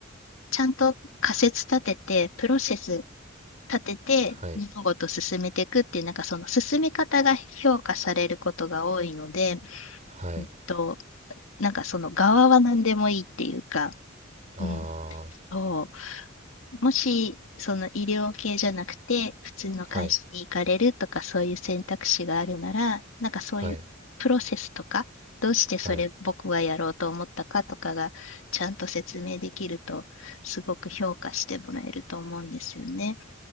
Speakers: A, on the left; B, on the right.
A: ちゃんと仮説立てて、プロセス立てて物事を進めていくっていうなんかその進め方が評価されることが多いので、
B: はいはい
A: うんと、なんかその側は何でもいいっていうか、
B: あ
A: うんそうもしその医療系じゃなくて普通の会社に行かれるとかそういう選択肢があるならなんかそういうプロセスとかどうしてそれ僕はやろうと思ったかとかがちゃんと説明できるとすごく評価してもらえると思うんですよね。
B: あーはいはいはい